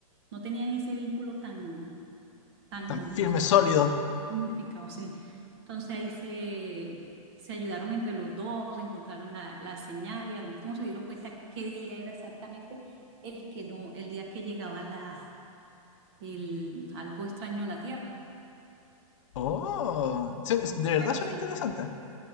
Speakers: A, on the right (about 45°); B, on the left (about 55°).
A: no tenían ese vínculo tan, tan,
B: tan firme,
A: <laughs> o sea,
B: sólido.
A: tan unificado, sí. Entonces ahí se, se ayudaron entre los dos, encontraron la, la señal y al último se dieron cuenta qué día era exactamente el que no, el día que llegaba la, el, algo extraño a la Tierra.
B: Oh, se- de verdad
A: Pero
B: son
A: sí.
B: interesantes.